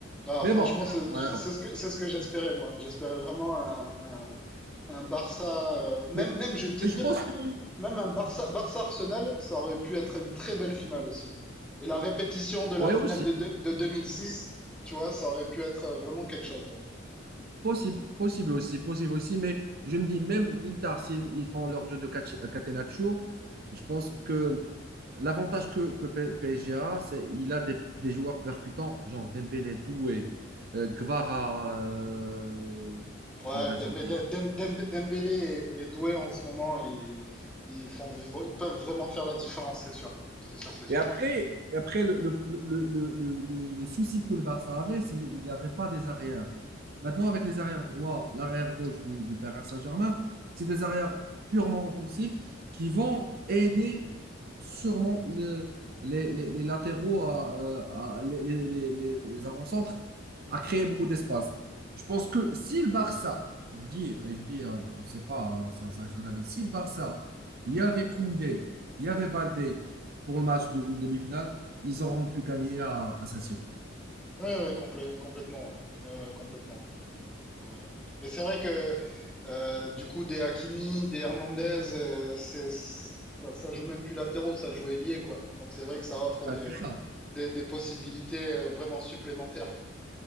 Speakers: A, in the centre; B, on the right.
A: Ah,
B: Mais
A: franchement,
B: bon,
A: c'est
B: voilà,
A: c'est
B: bon.
A: ce que c'est ce que j'espérais moi. J'espérais vraiment un, un un Barça, euh, même,
B: Mais,
A: même, je vais te
B: mais
A: dire,
B: je pense que,
A: même un Barça, Barça Arsenal, ça aurait pu être une très belle finale aussi. Et la répétition de la
B: ouais
A: finale
B: aussi,
A: de, de, de 2006, tu vois, ça aurait pu être euh, vraiment quelque chose. Ouais,
B: possible, possible aussi, possible aussi. Mais je me dis, même l'Inter, s'ils ils font leur jeu de catch- euh, Catenaccio, je pense que l'avantage que, que P- PSG a, c'est qu'il a des, des joueurs percutants, genre Dembélé, Doué, euh, Gvara, euh, qui
A: ouais
B: qui me reste
A: de- mais
B: encore.
A: de- Dem- Dem- Dembélé et, et Doué en ce moment, ils, ils font, ils vont- ils peuvent vraiment faire la différence, c'est sûr. C'est sûr, c'est sûr.
B: Et après, et après le, le, le, le, le- le souci que le Barça avait, c'est qu'il n'y avait pas des arrières. Maintenant, avec les arrières droits, l'arrière gauche du, du Paris Saint-Germain, c'est des arrières purement offensifs qui vont aider sûrement le- les, les- les latéraux, à, euh, à- les, les- les- les avant-centres, à créer beaucoup d'espace. Je pense que si le Barça, je dis, je dis, euh, je ne sais pas, euh, ça, ça reste un avis, si le Barça, il y avait Koundé, il y avait Baldé, pour le match de demi-finale, ils auront pu gagner à, à Saint-Siro.
A: Ouais, ouais, complè- complètement, ouais. Ouais, ouais, complètement. Ouais. Mais c'est vrai que euh, du coup, des Hakimi, des Hernandez, euh, c'est, ça, ça joue même plus latéraux, ça joue ailier, quoi. Donc c'est vrai que ça offre
B: Voilà,
A: des,
B: c'est ça.
A: des, des possibilités euh, vraiment supplémentaires.